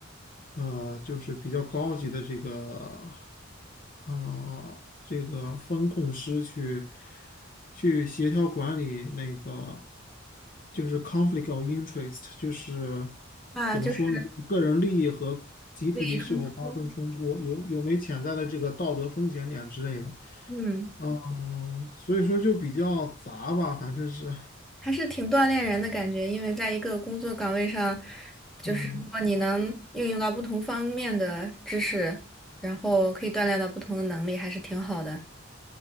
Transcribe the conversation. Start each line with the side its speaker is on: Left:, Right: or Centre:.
Left: 呃，就是比较高级的这个，啊、这个风控师去去协调管理那个，就是 conflict of interest，就是
Centre: 啊，
Left: 怎么说呢，
Centre: 就是
Left: 就是个人利益和集体利益是否发生冲突，
Centre: 利益冲突，
Left: 有有没潜在的这个道德风险点之类的。
Centre: 嗯，
Left: 哦，所以说就比较杂吧，反正是，
Centre: 还是挺锻炼人的感觉，因为在一个工作岗位上，就是如果你能应用到不同方面的知识，
Left: 嗯，
Centre: 然后可以锻炼到不同的能力，还是挺好的。